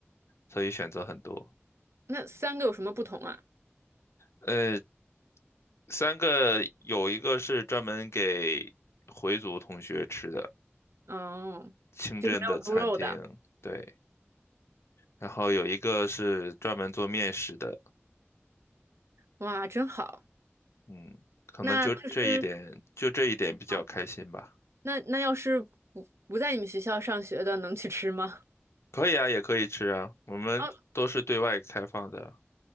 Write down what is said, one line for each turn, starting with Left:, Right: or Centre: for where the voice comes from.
Left: 所以选择很多。
Right: 那三个有什么不同啊？
Left: 呃，三个有一个是专门给回族同学吃的
Right: 哦，
Left: 清真的餐厅，
Right: 就是没有猪肉的，
Left: 对，然后有一个是专门做面食的，
Right: 哇，真好。
Left: 嗯，可能就这一点，
Right: 那就是
Left: 就这一点比较开心吧。
Right: 啊，那那要是不不在你们学校上学的，能去吃吗？
Left: 可以啊，也可以吃啊，我们都是对外开放的，
Right: 啊